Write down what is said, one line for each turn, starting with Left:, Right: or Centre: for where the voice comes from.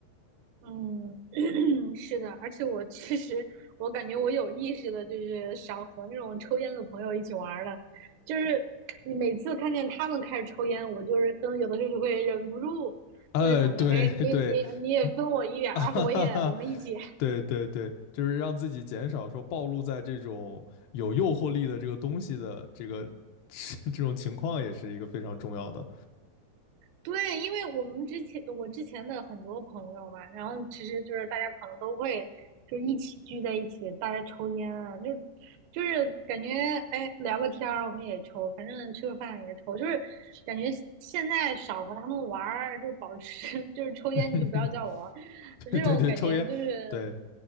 Right: 嗯，<clears throat> 是的，而且我其实，我感觉我有意识的，就是少和那种抽烟的朋友一起玩儿了。就是你每次看见他们开始抽烟，我就是嗯，有的时候就会忍不住，
Left: 呃，
Right: 就会想说，
Left: 对对，
Right: 哎，你也你也你也分我一点儿，
Left: <laughs> 啊哈哈哈，
Right: 我也我们一起。
Left: 对对对，就是让自己减少说暴露在这种有诱惑力的这个东西的这个 <laughs> 这种情况，也是一个非常重要的。
Right: 对，因为我们之前我之前的很多朋友嘛，然后其实就是大家可能都会就一起聚在一起，大家抽烟啊，就就是感觉哎聊个天儿我们也抽，反正吃个饭也抽，就是感觉现在少和他们玩儿，就保持 <laughs> 就是抽烟你就不要叫我，
Left: <laughs> <laughs> 对对，
Right: 这种感觉就是
Left: 对，抽烟，对